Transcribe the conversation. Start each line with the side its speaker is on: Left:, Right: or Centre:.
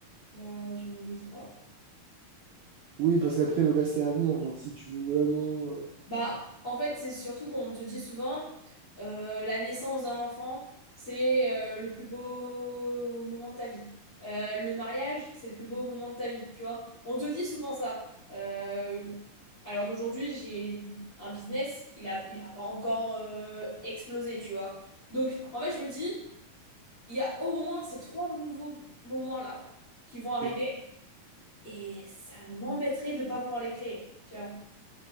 Left: Bah, j'en oublie trois.
Right: Oui, parce qu'après, le reste est à venir. Genre, si tu veux vraiment.
Left: Bah, en fait, c'est surtout qu'on te dit souvent, euh, la naissance d'un enfant, c'est euh, le plus beau moment de ta vie. Euh, le mariage, c'est le plus beau moment de ta vie, tu vois. On te dit souvent ça. Euh, alors d'aujourd'hui, j'ai un business, il a, il a pas encore euh, explosé, tu vois. Donc, en fait, je me dis... Il y a au moins ces trois nouveaux moments-là qui vont arriver
Right: euh,
Left: et ça m'embêterait de pas pouvoir les créer, tu vois.